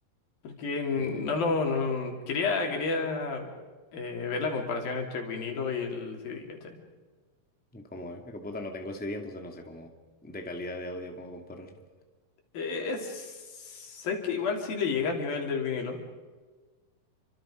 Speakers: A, on the left; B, in the centre.
A: Porque no
B: ¿De qué?
A: lo... No, quería quería eh, ver la comparación entre el vinilo y el CD, ¿cachai?
B: ¿Y ¿Cómo es? Es que puta, no tengo CD, entonces no sé cómo de calidad de audio, cómo compararlo.
A: Eh, Es... Sé que igual sí le llega al nivel del vinilo,